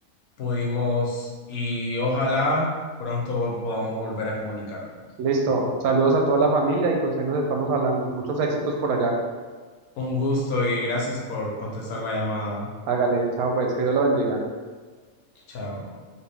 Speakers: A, on the left; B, on the right.
A: pudimos y ojalá pronto podamos volver a comunicarnos.
B: Listo, saludos a toda la familia y pues ahí nos estamos hablando. Muchos éxitos por allá.
A: Un gusto y gracias por contestar la llamada.
B: Hágale, chao pues, que Dios lo bendiga.
A: Chao.